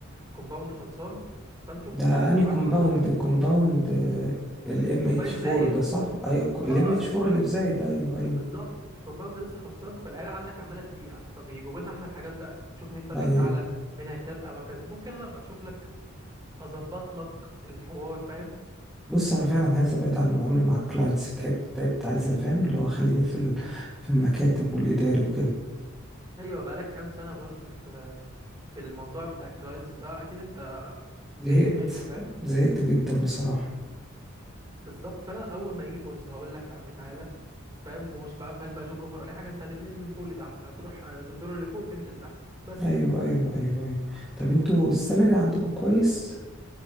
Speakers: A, on the right (about 20°); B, in the centre.
A: الكومباوند خلصان فانتوا
B: ده
A: ال-
B: اني
A: عندكم
B: كومباوند كومباوند الام
A: كومباين
B: اتش
A: زايد
B: 4 ده صح
A: كوم...
B: ايوه
A: كوم-
B: الام
A: اه
B: اتش
A: اللي في
B: 4
A: زايد
B: اللي في زايد ايوه ايوه
A: بالظبط الكومباوند لسه خلصان فالعيله عندك عماله تبيع فبيجيبوا لنا احنا الحاجات بقى نشوف مين تارجت
B: ايوه
A: اعلى مين هيترقى وهكذا ممكن انا ابقى اشوف لك اظبط لك الحوار فاهم
B: بص انا فعلا عايز ابعد عن المعامله مع الكلاينتس تعبت تعبت عايز افهم اللي هو خليني في ال... في المكاتب والاداري وكده
A: ايوه بقالك كام سنه برضو في في الموضوع بتاع الكلاينتس ده اكيد انت زهقت
B: زهقت
A: منه فاهم
B: زهقت جدا بصراحه
A: بالظبط فانا اول ما يجي فرصه هقول لك يا عم تعالى فاهم ومش بقى ما فيهاش بقى جوب اوفر ولا أي حاجه انت هتتنقل من فوق لتحت هتروح آه، الدور اللي فوق تنزل تحت بس
B: ايوه ايوه ايوه ايوه طب انتوا السالري عندكم كويس